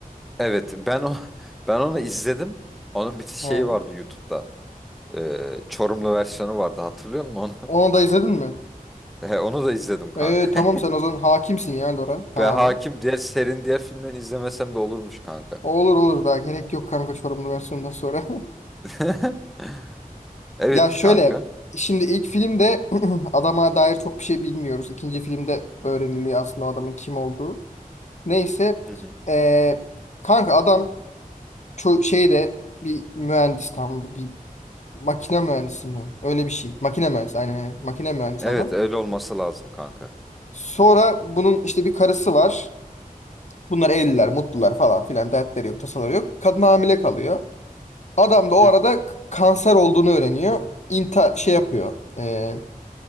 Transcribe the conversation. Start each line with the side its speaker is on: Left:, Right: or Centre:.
Centre: Evet ben o <laughs> ben onu izledim. Onun bir şey
Left: He.
Centre: vardı YouTube'da. Ee, Çorumlu versiyonu vardı hatırlıyor musun onu? <laughs>
Left: Onu da izledin mi?
Centre: E, onu da izledim kanka.
Left: Ee, tamam sen
Centre: <laughs>
Left: o zaman hakimsin ya Lora tamamen.
Centre: Ben hakim diğer serinin diğer filmden izlemesem de olurmuş kanka.
Left: Olur olur daha gerek yok kanka Çorumlu versiyondan sonra. <laughs>
Centre: <laughs> Evet
Left: Ya şöyle
Centre: kanka.
Left: şimdi ilk filmde <clears throat> adama dair çok bir şey bilmiyoruz. İkinci filmde öğreniliyor aslında o adamın kim olduğu. Neyse
Centre: Hı hı.
Left: ee, kanka adam ço- şeyde bir mühendis tam bir makine mühendisi mi? Öyle bir şey. Makine mühendisi aynen aynen. Makine mühendisi
Centre: Evet
Left: adam.
Centre: öyle olması lazım kanka.
Left: Sonra bunun işte bir karısı var. Bunlar evliler, mutlular falan filan dertleri yok, tasaları yok. Kadın hamile kalıyor. Adam da o
Centre: Hı
Left: arada
Centre: hı.
Left: k- kanser olduğunu öğreniyor. İnta şey yapıyor. Ee,